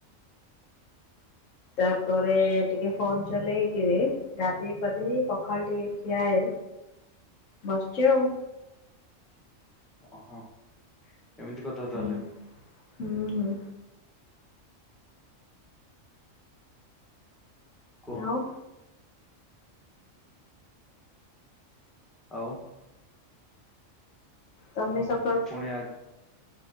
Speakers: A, on the left (about 75°); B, in the centre.
A: ତାପରେ ଟିକେ ଫୋନ ଚଲେଇକିରି ଗାଧେଇ ପାଧେଇ ପଖାଳ ଟିକେ ଖିଆଏ ବସିଚ ଆଉ।
B: ଓହୋ ଏମିତି କଥା
A: ହୁଁ
B: ତାହେଲେ।
A: ହୁଁ ହୁଁ।
B: କୁହ
A: ଆଉ?
B: ଆଉ?
A: ତମେ ସ
B: ପୁଣି ଆଜି,